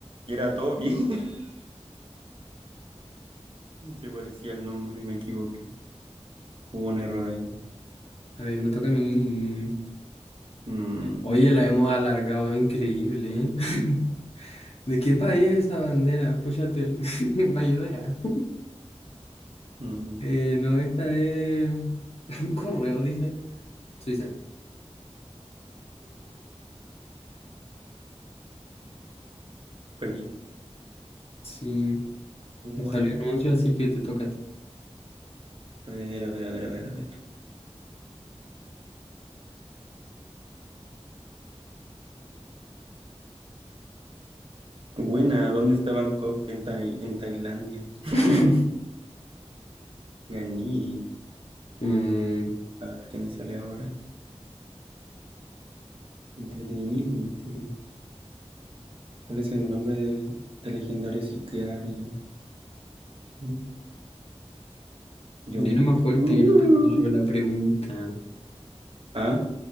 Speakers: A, on the right (about 55°); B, on the left (about 65°).
A: y era Toby. <laughs> Se parecía el nombre, me equivoqué. Hubo un error ahí.
B: A ver, me toca a mí.
A: Mm,
B: Oye, la hemos alargado, increíble, ¿eh? <laughs>
A: sí,
B: ¿De qué país es esa bandera? Púchate, <laughs> ¿me ayuda ya?
A: mm,
B: Eh, no, esta es... <laughs> Correo, dice. Suiza.
A: perdí.
B: Sí,
A: Guau.
B: me salió anuncio, así que te toca a ti.
A: A ver, a ver, a ver, a ver, a ver. Buena, ¿dónde está Bangkok? En, Tai- en Tailandia. <laughs>
B: <laughs>
A: Ganí.
B: Mm,
A: A ver, ¿qué me sale ahora? Entretenimiento. ¿Cuál es el nombre del, del legendario sicario? ¿Quién? John
B: dilo
A: Wick.
B: más fuerte,
A: Uh.
B: no te escucho la pregunta.
A: Ah,